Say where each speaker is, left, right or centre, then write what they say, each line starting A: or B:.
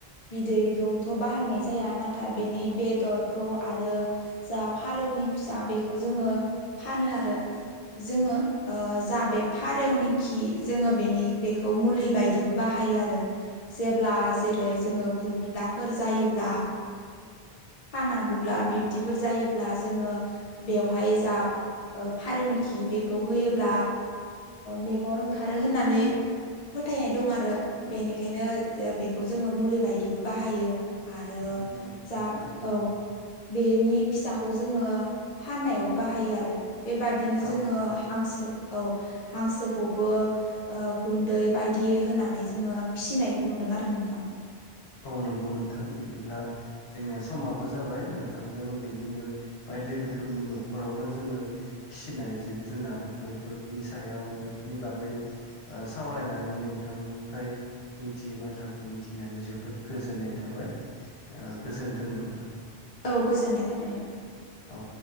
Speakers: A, on the left; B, on the left.
A: बिदैखौथ' बाहायनाय जाया नाथाय बेनि बेदरखौ आरो जा फारौनि फिसा बेखौ जोङो फानो आरो जोङो जा बे फारेवनि खि जोङो बेनि बे खौ मुलि बायदिबो बाहायो आरो जेब्ला जेरै जोङो गुग्राफोर जायोब्ला फाना गुग्ला बिब्दिफोर जायोब्ला जोङो बेवहाय जा फारौनिखि बेखौ होयोब्ला मेगन ओंखारो होननानै फोथायनाय दं आरो बेनिखायनो बेखौ खौ जोङो मुलि बायदिबो बाहायो आरो
B: नंगौ नोंथां
A: जा
B: थारैनो
A: औ बेनि फिसाखौ जोङो फाननायावबो बाहायो आरो बेबादिनो
B: औ
A: जोङो
B: नंगौ
A: हांसो औ हांसोखौबो गुन्दै बायदि होनानै जोङो फिसिनायखौ नुदों आरो नोंथां
B: औ नंगौ नोंथां बिदिब्ला जोंनिया समा बो जाबाय नोंथांजों बिदिनो बायदि रोखोमनि न'खरावनो जोङो फिसिनाय जिब जुनार बैफोरनि सायाव बैफोरनि बागै सावरायनानै नोंथांनिफ्राय मिथियै बाथ्राखौ मिथिनानै जोब जोबोद गोजोननाय थाबाय गोजोन्थों नोंथां
A: औ गोजोननाय थाबाय नोंथां
B: औ